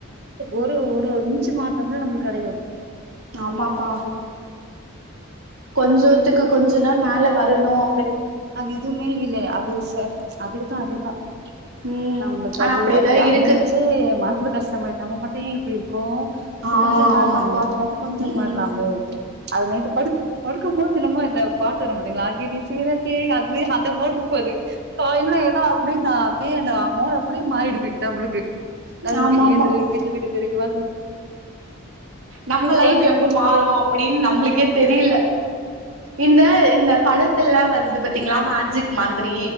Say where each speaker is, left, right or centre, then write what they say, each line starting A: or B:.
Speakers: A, on the right (about 50°); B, on the right (about 75°).
A: ஒரு ஒரு மு மாம் நம்மளுக்கு கெடையு
B: ஆமாப்பா கொஞ்சத்துக்கு கொஞ்ச நாள் மேல வரணும்
A: அது எதுவுமே இல்ல அது அதுதான் அதுதான்
B: ம்
A: நம்மளுக்கு
B: ஆனா
A: அது
B: அப்டியேதா
A: அது அதவச்சி
B: இருக்கு
A: கஷ்டம் தான் மட்டும் எப்டி இருக்கும் ரொம்ப
B: ஆ
A: கொஞ்சம் மாறலாமே
B: ஆமாப்பா
A: ரொம்ப கொஞ்சம்
B: ம்
A: மாறலாமே
B: ம்
A: அது நேட்டு படுக்கும் போது நனமோ இந்தந்த பாட வர மாட்ட் த்தீங்களாகே நீ சீர <inaudible> வே அந்த வேர்ட் முப்பது காயல்ல ஏனா அப்படின்னா தே அமௌண்ட் அப்படியே மாறிடுது ளுக்கு அது
B: ஆமா
A: வீட்டுக்குந்து
B: ஆமா
A: வீட்டு வீட்டு தெரிகுவா
B: நம்ம லைப்
A: கொழந்தைக்கு
B: எப்ப
A: ஊட்டி
B: மாறும்
A: விடு
B: அப்படின்னு நம்மளுக்கே தெரியில இந்த இந்த பட ல்லாம் வந்து பாத்தீங்களா மேஜிக் மாதிரி